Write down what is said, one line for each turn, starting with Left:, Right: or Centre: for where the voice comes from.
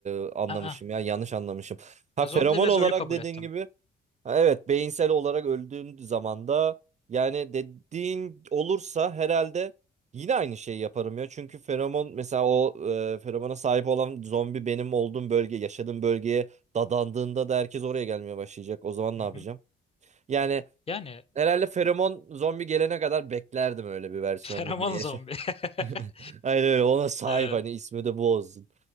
Right: e, anlamışım
Left: Aa,
Right: ya yanlış anlamışım. Ha
Left: ya
Right: feromon
Left: zombileri biraz
Right: olarak
Left: ölü kabul
Right: dediğin
Left: ettim.
Right: gibi ha, evet beyinsel olarak öldüğün zaman da yani dediğin olursa herhalde yine aynı şeyi yaparım ya. Çünkü feromon mesela o e, feromona sahip olan zombi benim olduğum bölge yaşadığım bölgeye dadandığında da herkes oraya gelmeye başlayacak. O zaman
Left: Hı
Right: ne yapacağım?
Left: hı.
Right: Yani
Left: Yani
Right: herhalde feromon zombi gelene kadar beklerdim öyle bir versiyonda
Left: <laughs> feromon
Right: yine
Left: zombi. <laughs>
Right: <laughs> Aynen öyle ona sahip
Left: Evet.
Right: hani ismi de bu olsun.